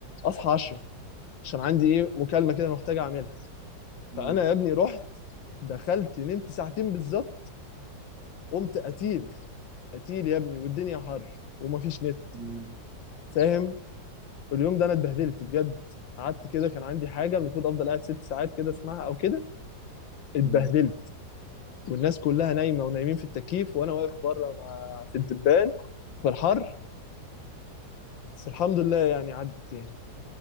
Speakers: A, on the left; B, on the right.
A: اصحى 10 عشان عندي ايه مكالمه كده محتاج اعملها
B: امم
A: فانا يا ابني رحت دخلت نمت ساعتين بالظبط قمت قتيل قتيل يا ابني والدنيا حر ومفيش نت
B: امم
A: فاهم واليوم ده انا اتبهدلت بجد قعدت كده كان عندي حاجه المفروض افضل قاعد ست ساعات كده اسمعها او كده اتبهدلت
B: أمم.
A: والناس كلها نايمه ونايمين في التكييف وانا واقف بره مع في الدبان في الحر بس الحمد لله يعني عدت يعني